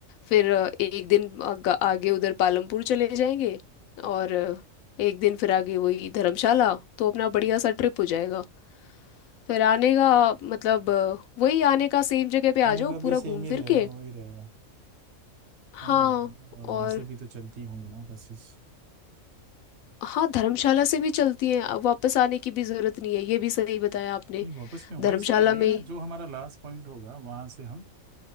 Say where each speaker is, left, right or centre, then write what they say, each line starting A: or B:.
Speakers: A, on the left; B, on the right.
A: फिर अ, एक दिन आग- आगे उधर पालमपुर चले जाएंगे और अ, एक दिन फिर आगे वही धर्मशाला तो अपना बढ़िया सा ट्रिप हो जाएगा फिर आने का मतलब अ, वही आने का सेम जगह पे आ
B: खाने
A: जाओ
B: का
A: पूरा
B: भी सेम
A: घूम
B: ही
A: फिर
B: रहेगा
A: के
B: वही रहेगा
A: हाँ
B: है ना वहां
A: और
B: से भी तो चलती होंगी ना बसेस
A: हाँ धर्मशाला से भी चलती हैं अ, वापस आने की भी जरूरत नहीं है ये भी सही बताया आपने
B: नहीं वापस क्यों
A: धर्मशाला
B: वहीं से कर लेंगे
A: में
B: ना
A: ही
B: जो हमारा लास्ट पॉइंट होगा वहां से हम